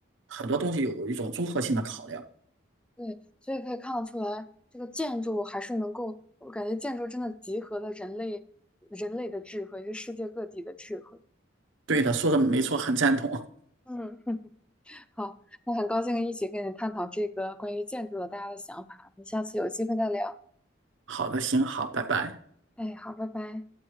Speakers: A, on the right (about 85°); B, in the centre.
A: 很多东西有一种综合性的考量。
B: 对，所以可以看得出来，这个建筑还是能够，我感觉建筑真的集合了人类人类的智慧，是世界各地的智慧。
A: 对的，说的没错，很赞同。
B: 嗯，<laughs> 好，那很高兴一起跟你探讨这个关于建筑的大家的想法，我们下次有机会再聊。
A: 好的，行，好，拜拜。
B: 哎，好，拜拜。